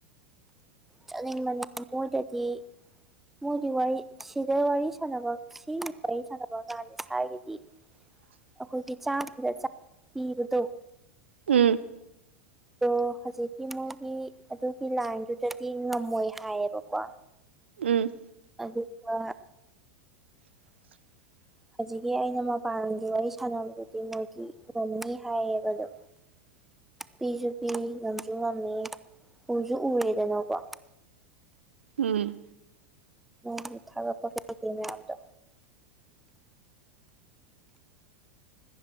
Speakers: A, in the centre; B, on the right.
A: ꯆꯠꯅꯤꯡꯕꯅꯦ ꯃꯣꯏꯗꯗꯤ ꯃꯣꯏꯗꯤ ꯋꯥꯔꯤ ꯁꯤꯗ ꯋꯥꯔꯤ ꯁꯥꯟꯅꯕ ꯁꯤꯒꯤ ꯋꯥꯔꯤ ꯁꯥꯟꯅꯕ ꯀꯥꯟꯗ ꯁ꯭ꯋꯥꯏꯒꯤꯗꯤ
B: <inaudible>
A: ꯑꯩꯈꯣꯏꯒꯤ ꯆꯥꯝꯃꯗ ꯆꯥꯝꯃ ꯄꯤꯕꯗꯣ
B: ꯎꯝ
A: ꯑꯗꯣ ꯍꯧꯖꯤꯛꯀꯤ ꯃꯣꯏꯒꯤ ꯑꯗꯨꯒꯤ ꯂꯥꯏꯟꯗꯨꯗꯗꯤ ꯉꯝꯃꯣꯏ ꯍꯥꯏꯌꯦꯕꯀꯣ
B: ꯎꯝ
A: ꯑꯗꯨꯒ
B: <unintelligible>
A: ꯍꯧꯖꯤꯛꯀꯤ ꯑꯩꯅ ꯃꯄꯥꯟ ꯂꯝꯒꯤ ꯋꯥꯔꯤ ꯁꯥꯟꯅꯕꯗꯨꯗꯤ ꯃꯣꯏꯒꯤ ꯉꯝꯅꯤ ꯍꯥꯏꯌꯦꯕ ꯑꯗꯣ
B: <unintelligible>
A: ꯄꯤꯁꯨ ꯄꯤ ꯉꯝꯁꯨ ꯉꯝꯃꯤ ꯎꯁꯨ ꯎꯔꯦꯗꯅꯀꯣ
B: ꯎꯝ
A: ꯃꯣꯏꯒꯤ ꯊꯥꯒꯠꯄ ꯀꯩꯀꯩ ꯃꯌꯥꯝꯗꯣ